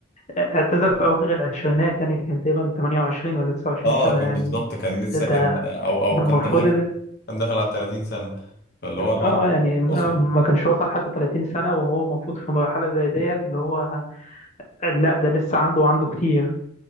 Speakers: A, on the left; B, on the left.
A: اعتزل في أواخر العشرينات يعني كان تقريبا 28 ولا 29
B: اه
A: سنة
B: كان
A: يعني
B: بالظبط كان لسه
A: ده ده
B: كان او او
A: ده
B: كان
A: المفروض
B: داخل كان داخل على 30 سنة فاللي هو
A: اه
B: مع
A: يعني ما
B: اصبر
A: ما كانش وصل حتى 30 سنة وهو المفروض في مرحلة زي ديت اللي هو لا ده لسه عنده وعنده كتير